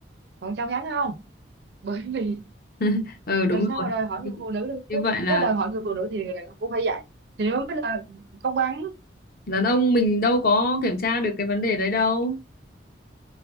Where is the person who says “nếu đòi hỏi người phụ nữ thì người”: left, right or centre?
Right